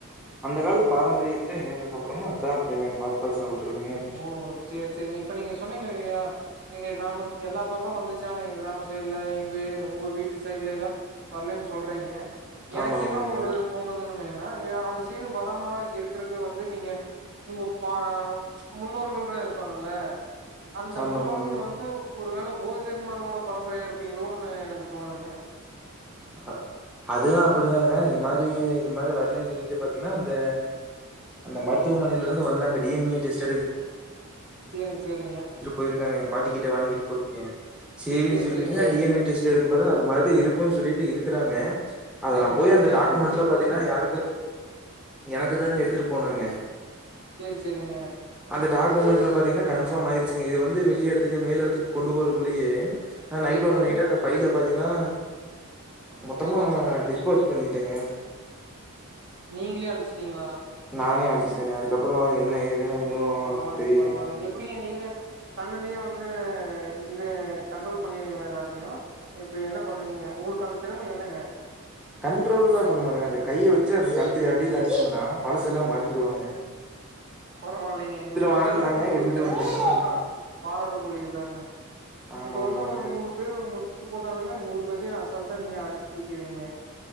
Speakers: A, in the centre; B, on the right.
A: அந்த காலத்து பாரம்பரியத்துல என்னென்ன சாப்புட்றோமோ அதா அப்டி நாங்க பாத்து பாத்து சாப்ட்டுட்டு இருக்கோங்க
B: ஓ சேரி சேரிங்க இப்ப நீங்க சொன்னீங்க இல்லையா எங்க கிராமத்தில் எல்லா பக்கம் வந்துச்சு ஆனா எங்க கிராம சைடுல எங்க ஏரியா உங்க வீட்டு சைடுல எல்லா வரலன்னு சொல்றீங்க எனக்கு
A: ஆமா, ஆமாங்க.
B: என்ன ஒரு தோணுதுங்கனீங்கன்னா அ அந்த சைடு வரமா இருக்குறக்கு வந்து நீங்க உங்க பா முன்னோர்கள் இரு ப்பாங்கல்ல அந்த
A: ஆமா,
B: முன்னோர்கள்
A: ஆமாங்க.
B: வந்து ஒரு வேளை போதிதர்மரோட பரம்பரையா இருப்பீங்களோன்னு எனக்கு தோணுதுங்க
A: அ அதுவு அப்டிதாங்க இது மாரி இது மாரி வரலைன்னு சொல்லிட்டு பாத்தீங்கன்னா இந்த அந்த மருத்துவமனையில இருந்து வந்தங்க டி என் ஏ‌ டெஸ்ட் எடு
B: சேரிங்க சேரிங்க
A: த்துட்டு போயிருக்காங்க எங்க பாட்டி கிட்ட வாங்கிட்டு போ சேரின்னு
B: சேரி
A: சொல்லிட்டு
B: சேரிங்க
A: D N A test எடுத்து பாத்து அந்த மாரிதா இருக்குனு சொல்லிட்டு இருக்கிறாங்க அத
B: சேரிங்க
A: நா போய் அந்த
B: யாருக்கு
A: டாக்குமெண்ட்ல
B: செக்
A: பாத்தீங்கன்னா
B: பண்ணாங்க
A: யாருக்கு எனக்கு தாங்க எடுத்துட்டு போனாங்க
B: சேரி சேரிங்க
A: அந்த டாக்குமெண்ட்ல பாத்தீங்கன்னா கன்ஃபர்ம் ஆயிருச்சுங்க இது வந்து வெளிய எடத்துக்கு மேல் எடத்துக்கு கொண்டு போரக்குள்ளயே ஆ நைட்டோட
B: சேரிங்க
A: நைட்டா அந்த ஃபைல பாத்தீங்கன்னா மொத்தமா
B: என்னாச்சுங்க
A: டி ஸ்போஸ் பண்ணிட்டோங்க
B: நீங்களே அழிச்சிட்டீங்களா
A: நானே அழிச்சுட்டேங்க அதுக்கப்பறோ என்ன ஏதுன்னு ஒன்னு
B: பரவாயில்லைங்க
A: தெரியலங்க
B: பரவாயில்லைங்க எப்டிங்க நீங்க கண்ணுலயே வந்து இது கண்ட்ரோல் பண்ணிருவீங்களா எல்லாத்தையு இப்ப என்ன பண்ணுவீங்க உங்களுக்கான திறமை என்னங்க
A: கண்ட்ரோல்லா பண்ண மாட்டோங்க அந்த கையை வச்சு அந்த கழுத்துக்கு அடியில அடிச்சோம்னா பழசு எல்லா மறந்துடுவாங்க
B: பரவாயில்லைங்க இந்த
A: வான்னாங்க
B: அளவுக்கு உங்களுக்கு
A: எடுத்துட்டு
B: திறமை
A: வந்தேங்க
B: இருக்குனா
A: ம்.
B: பாராட்டுக்குரியதுதாங்க
A: ஆமா
B: இப்ப வந்து
A: ஆமாங்க.
B: உங்கள நூறு பேரு உங்கள சுத்து போட்டாலுமே அந்த நூறு பேத்தையு அசல்ட்டா நீங்க அடிச்சு தூக்கிருவீங்க